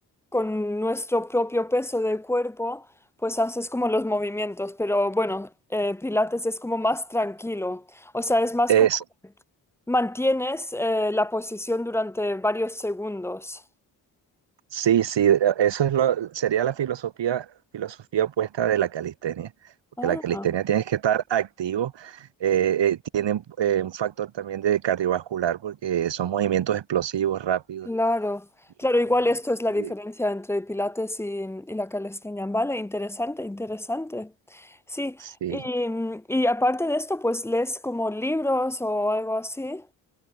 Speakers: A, in the centre; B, on the right.
A: con nuestro propio peso del cuerpo, pues haces como los movimientos, pero bueno, eh, pilates es como más tranquilo, o sea, es más
B: eso,
A: como mantienes eh, la posición durante varios segundos.
B: Sí, sí, e, eso es lo, sería la filosofía, filosofía opuesta de la calistenia, porque
A: Ah.
B: la calistenia tienes que estar activo, eh, eh, tiene eh, un factor también de cardiovascular, porque son movimientos explosivos, rápidos.
A: Claro,
B: Y-
A: claro, igual esto es la
B: y-
A: diferencia entre Pilates y, y la calistenia, ¿vale? Interesante, interesante. Sí,
B: Sí,
A: y, y aparte de esto, pues lees como libros o algo así.